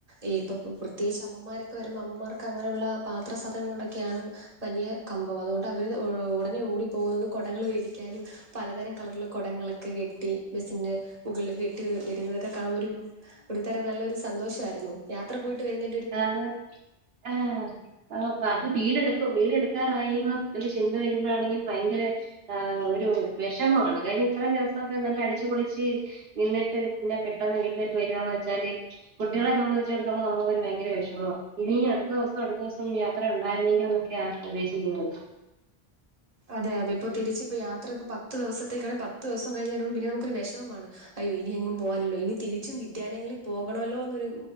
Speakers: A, on the right (about 35°); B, on the right (about 75°).
A: ഇപ്പൊ പ്രത്യേകിച്ച് അമ്മമാരൊക്കെ വരുമ്പോ അമ്മമാർക്ക് അങ്ങനെയുള്ള പാത്രസാധനങ്ങളോടൊക്കെയാണ് വലിയ കമ്പം അതുകൊണ്ട് അവര് ഒടനെ ഓടി പോകുന്നത് കുടങ്ങള് വേടിക്കാനും പലതരം കളറുള്ള കൊടങ്ങളൊക്കെ കെട്ടി ബസിന്റെ മുകളില് കെട്ടി വരുന്നതൊക്കെ കാണുമ്പോ ഒരു ഒരു തരം നല്ലൊരു സന്തോഷായിരുന്നു യാത്ര പോയിട്ട് വരുന്ന
B: ആണ് ആഹ് ആഹ് അത് വീടെടുക്കും വീടെടുക്കാറായീമ ഒരു ചിന്ത വരുമ്പോഴാണെങ്കി ഭയങ്കര ആഹ് ഒരു വെഷമമാണ് കാര്യം ഇത്രയും ദിവ സം നല്ല അടിച്ചുപൊളിച്ച് നിന്നിട്ട് പിന്നെ പെട്ടെന്ന് വീട്ടിലേക്ക് വരുകാന്ന് വെച്ചാല് കുട്ടികളെ സംബന്ധിച്ചിടത്തോളം നമുക്ക് ഒരു ഭയ ങ്കര വെഷമവാ ഇനീം അടുത്ത ദിവസം അടുത്ത ദിവസം യാത്ര ഒണ്ടാരുന്നെങ്കി എന്നൊക്കെയാ ഉദ്ദേശിക്കുന്നത്
A: അതെ അതെ ഇപ്പോ തിരിച്ചിപ്പോ യാത്ര ഇപ്പ പത്ത് ദിവസത്തേക്കാണെങ്കി പത്ത് ദിവസം കഴിഞ്ഞ് വരുമ്പോ പിന്നെ നമുക്കൊരു വെഷമമാണ് അയ്യോ ഇനി എങ്ങും പോവാന്ല്ലല്ലോ ഇനി തിരിച്ചും വിദ്യാലയങ്ങളിൽ പോകണല്ലോന്നൊരു